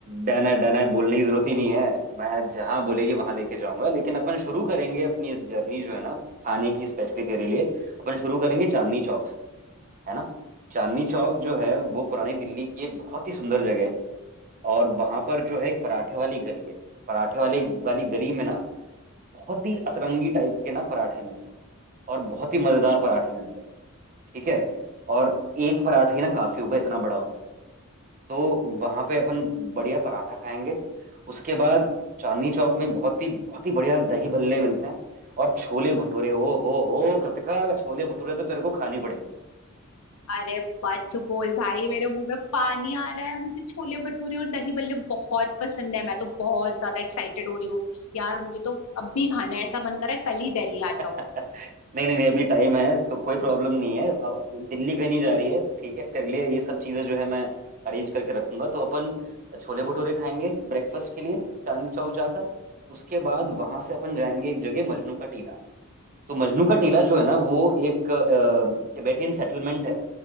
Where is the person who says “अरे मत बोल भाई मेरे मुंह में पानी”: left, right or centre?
Left